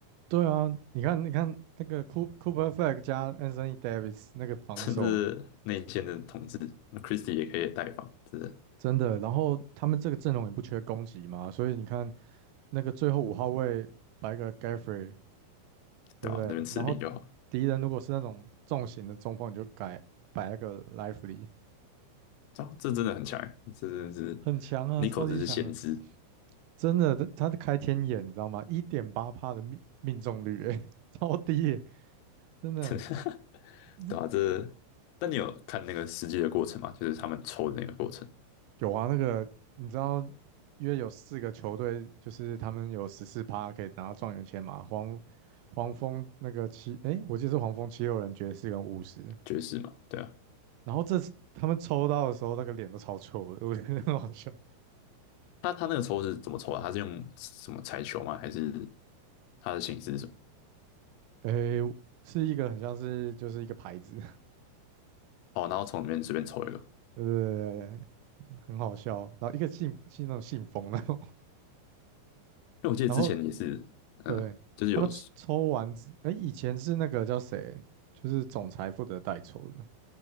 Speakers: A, on the right; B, on the left.
A: 对啊，你看你看那个 Coop- Cooper Flag 加 Anthony Davis 那个防守。
B: <laughs> 甚至内线的统治，那 Christie 也可以带防，真的，
A: 真的，然后他们这个阵容也不缺攻击嘛，所以你看那个最后五号位摆个 Gaffrey，对不对？
B: 对吧、啊？那边吃饼就好了，
A: 然后敌人如果是那种重型的中锋，你就改摆那个 Lively，
B: 这啊这真的很强欸，这真的是
A: 很强啊，
B: n
A: 超级强啊，
B: i c o 真是先知，
A: 真的，他他的开天眼，你知道吗？一点八帕的命命中率、欸，<laughs> 超低欸真的。
B: <laughs> 真的对啊？
A: 你
B: 这，但你有看那个实际的过程吗？就是他们抽的那个过程，
A: 有啊，那个你知道，约有四个球队，就是他们有十四趴可以拿到状元签嘛，黄黄蜂那个七，诶，我记得是黄蜂七六人爵士跟巫师，
B: 爵士嘛，对啊，
A: 然后这次他们抽到的时候，那个脸都超臭的，我觉得很好笑。
B: 他他那个抽是怎么抽啊？他是用什么彩球吗？还是他的形式是什么？
A: 诶，是一个很像是就是一个牌子，
B: 哦，然后从里面随便抽一个，
A: <laughs> 对对对对对很好笑。然后一个信信那种信封那种，<laughs>
B: 因为我记得之前也是，
A: 然后
B: 嗯，
A: 对他们抽抽完之，
B: 就是有，
A: 诶，以前是那个叫谁，就是总裁负责代抽的，